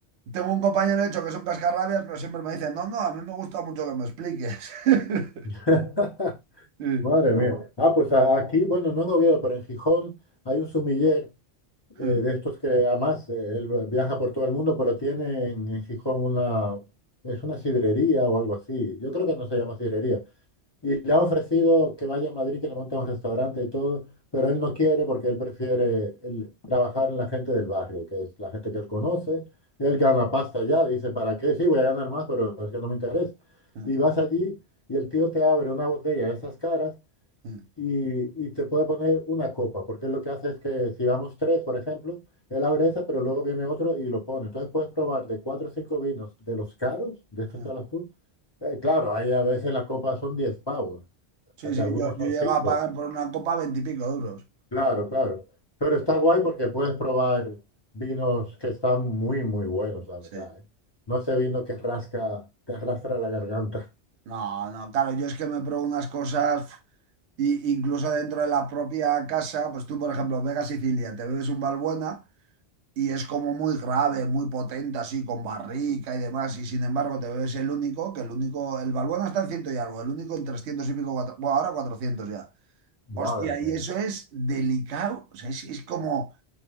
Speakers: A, on the right; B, on the left.
A: Tengo un compañero, de hecho, que son cascarrabias, pero siempre me dicen, no, no, a mí me gusta mucho que me expliques. <laughs>
B: <laughs>
A: Sí,
B: Madre mía. Ah, pues a- aquí, bueno, no en Oviedo, pero en Gijón hay un sumiller eh,
A: sí,
B: de estos que además eh, él viaja por todo el mundo, pero tiene en, en Gijón una, es una sidrería o algo así. Yo creo que no se llama sidrería, Y le ha ofrecido que vaya a Madrid, que le monte un restaurante y todo, pero él no quiere porque él prefiere el- trabajar en la gente del barrio, que es la gente
A: sí.
B: que él conoce. Él gana pasta ya, dice, ¿para qué? Sí, voy a ganar más, pero es que no me interesa.
A: Mm,
B: Y vas allí y el tío te abre una botella de esas caras
A: mm,
B: y, y te puede poner una copa, porque lo que hace es que si vamos tres, por ejemplo, él abre esa, pero luego viene otro y lo pone. Entonces puedes probar de cuatro o cinco vinos de los caros, de estos
A: mm.
B: que hablas tú. Eh, claro, ahí a veces la copa son 10 pavos,
A: Sí,
B: de
A: sí,
B: algunos
A: yo,
B: son
A: yo llego
B: cinco
A: a pagar por una copa veintipico euros.
B: claro, claro. Pero está guay porque puedes probar vinos que están muy, muy buenos, la verdad,
A: Sí.
B: ¿eh? No ese vino que rasca, te arrastra la garganta.
A: No, no, claro, yo es que me pruebo unas cosas, pf, y, incluso dentro de la propia casa, pues tú, por ejemplo, Vega Sicilia, te bebes un valbuena y es como muy grave, muy potente, así, con barrica y demás, y sin embargo te bebes el único, que el único, el valbuena está en ciento y algo, el único en 300 y pico, cuatro- bueno, ahora 400 ya.
B: Madre
A: Hostia,
B: mía.
A: y eso es delicado, o sea, es, es como...